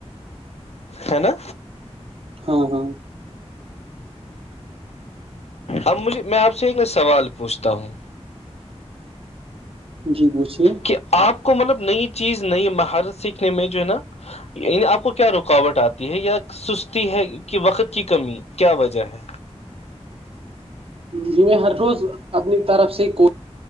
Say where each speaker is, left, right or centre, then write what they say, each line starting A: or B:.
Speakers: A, on the left; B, on the right.
A: ہے نا
B: ہاں ہاں
A: اب مجھے میں آپ سے ایک ن سوال پوچھتا ہوں
B: جی پوچھیے
A: کہ آپ کو مطلب نئی چیز نئی مہارت سیکھنے میں جو ہے نا یعنی آپ کو کیا رکاوٹ آتی ہے یا سستی ہے کہ وقت کی کمی کیا وجہ ہے
B: جی میں ہر روز اپنی طرف سے کو